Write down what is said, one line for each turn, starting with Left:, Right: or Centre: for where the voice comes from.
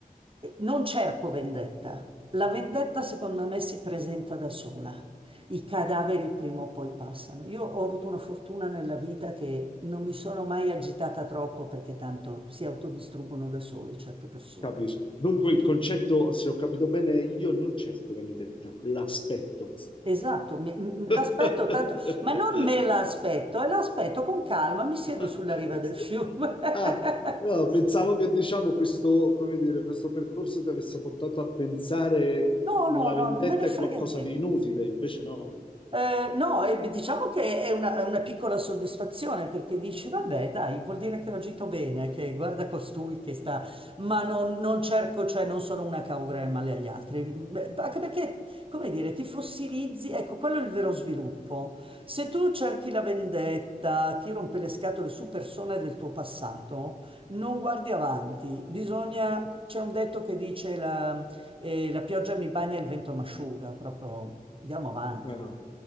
Right: Eh, Non cerco vendetta. La vendetta, secondo me, si presenta da sola. I cadaveri prima o poi passano. Io ho avuto una fortuna nella vita che non mi sono mai agitata troppo perché tanto si autodistruggono da sole certe persone.
Left: Capisco. Dunque il concetto, se ho capito bene, io non cerco vendetta, l'aspetto.
Right: Esatto, mi- m-
Left: <laughs>
Right: l'aspetto tanto, ma non me l'aspetto, e l'aspetto con calma, mi siedo
Left: Ok.
Right: sulla riva del fiume. <laughs>
Left: Ah, no, pensavo che diciamo questo, come dire, questo percorso ti avesse portato a pensare
Right: No,
Left: la
Right: no,
Left: vendetta
Right: no, non me ne
Left: è
Right: frega
Left: qualcosa
Right: niente.
Left: di inutile, invece no.
Right: Eh, no, e beh, diciamo che è una, è una piccola soddisfazione perché dici, vabbè, dai, vuol dire che ho agito bene, che guarda costui che sta, ma non, non cerco, cioè non sono una che augura il male agli altri, Beh, anche perché, come dire, ti fossilizzi, ecco, quello è il vero sviluppo. Se tu cerchi la vendetta, ti rompi le scatole su persone del tuo passato, non guardi avanti, bisogna, c'è un detto che dice la, eh, la pioggia mi bagna e il vento m'asciuga, proprio andiamo avanti.
Left: Ah,